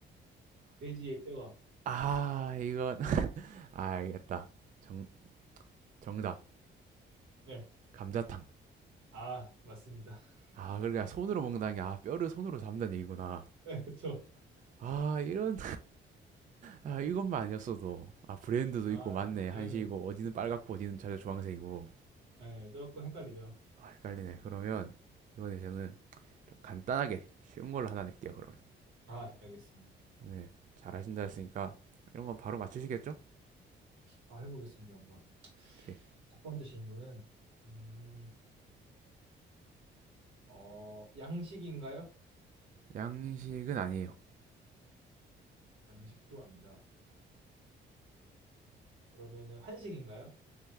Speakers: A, on the right; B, on the right.
A: 돼지의 뼈가.
B: 아, 이건, <laughs> 아, 알겠다. 정, 정답.
A: 네.
B: 감자탕.
A: 아, 맞습니다. <laughs>
B: 아, 그러니까 손으로 먹는다는 게, 아, 뼈를 손으로 잡는 얘기구나.
A: 네, 그쵸.
B: 아, 이런, 아, 이것만 아니었어도, 아, 브랜드도
A: 아,
B: 있고, 맞네. 한식이고,
A: 네,
B: 어디는 빨갛고, 어디는 자주 주황색이고.
A: 네, 조금 헷갈리죠.
B: 아, 헷갈리네. 그러면, 이번에 저는 좀 간단하게, 쉬운 걸로 하나 낼게요, 그러면.
A: 아, 알겠습니다.
B: 네, 잘하신다 했으니까, 이런 건 바로 맞추시겠죠?
A: 아, 해보겠습니다. 한번.
B: 오케이.
A: 첫 번째 질문은 음, 어, 양식인가요?
B: 양식은 아니에요.
A: 양식도 아니다. 그러면은 한식인가요?